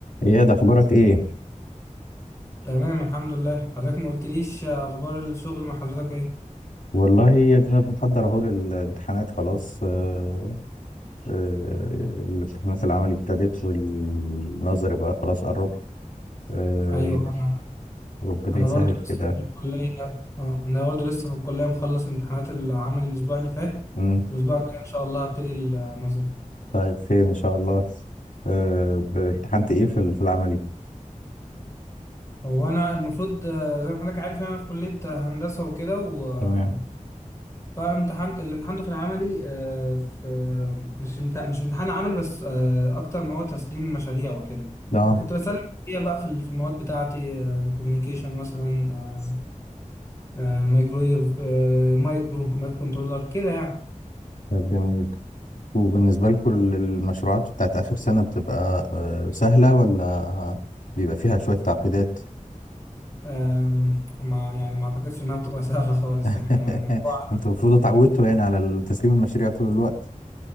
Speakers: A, on the left; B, on the left.
A: اياد اخبارك ايه
B: تمام الحمد لله حضرتك ما قلتليش اخبار الشغل مع حضرتك ايه
A: والله يا دينا بنحضر اهو للامتحانات خلاص آه، آه، الامتحانات العملي ابتدت والنظري بقى خلاص قرب آه،
B: ايوه انا
A: ربنا
B: انا
A: يسهل
B: برضو لسه
A: كده
B: في الكليه اه انا برضو لسه في الكليه مخلص امتحانات العمل الاسبوع اللي فات
A: مم،
B: الاسبوع الجاي ان شاء الله هبتدي النظري
A: طيب خير ان شاء الله آه، ب- امتحنت ايه في ال- في العملي
B: هو انا المفروض آه، زي ما حضرتك عارف يعني انا في كليه هندسه وكده و آه،
A: تمام
B: فامتحنت اللي امتحنته في العملي آه، في مش امت- مش امتحان عملي بس آه، اكتر ما هو تسليم مشاريع وكده
A: ده
B: فكنت بسلم مشاريع بقى في ال- في المواد بتاعتي كوميونيكيشن مثلا آه، آه، مايكرويف آه، مايكرو مايكرو كنترولر كده يعني
A: طيب جميل وبالنسبة لكم ال- المشروعات بتاعت آخر سنة بتبقى آه، سهلة ولا بيبقى فيها شوية تعقيدات
B: آم، ما يعني ما اعتقدش انها بتبقى <laughs> سهله خالص
A: <laughs>
B: يعني الموضوع
A: انتوا المفروض اتعودتوا يعني على تسليم المشاريع طول الوقت